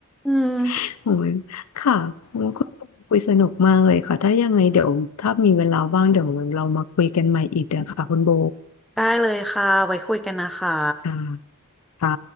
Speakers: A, in the centre; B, on the left.
A: อืม
B: <laughs> โอ้ยค่ะคุณปอคุยสนุกมากเลยค่ะถ้ายังไงเดี๋ยวถ้ามีเวลาว่างเดี๋ยวเรามาคุยกันใหม่อีกนะคะคุณโบ
A: ได้เลยค่ะไว้คุยกันนะคะ
B: อ่าค่ะ